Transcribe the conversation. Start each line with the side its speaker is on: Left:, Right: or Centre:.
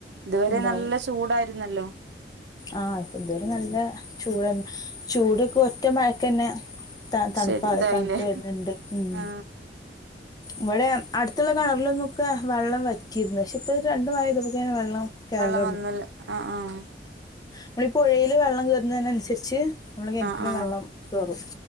Right: ഇതുവരെ
Left: ഉണ്ടാവും
Right: നല്ല ചൂടായി രുന്നല്ലോ
Left: ആ ഇപ്പൊ ഇതുവരെ നല്ല ല്ല ചൂടന്നെ ചൂടൊക്കെ ഒറ്റ മഴക്കന്നെ ത തണുപ്പ
Right: ശരി ഇതായില്ലേ
Left: തണ്ത്ത് വര്ണ് ണ്ട് ഉം
Right: ആ
Left: ഇവ്ടെ അട്ത്ത്ള്ള കെണർൽന്നൊക്കെ വെള്ളം വറ്റീര്ന്ന് ഷെ ഇപ്പൊ രണ്ട് മഴെയ്തപ്പോക്ക്നെന്നെ വെള്ളം കയറൽ
Right: വള്ളം വന്നുല്ലെ ആഹ് ആഹ്
Left: മ്മളീ പുഴയില് വെള്ളം കേറ്ന്നേനൻസര്ച്ച് മ്മളെ കെൺറ്റിലും
Right: ആ ആ
Left: വെള്ളം കേറും